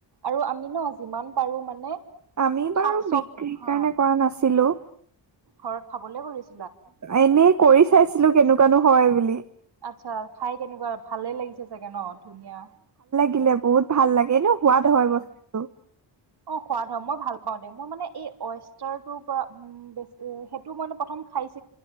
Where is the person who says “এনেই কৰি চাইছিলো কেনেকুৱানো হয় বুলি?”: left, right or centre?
Right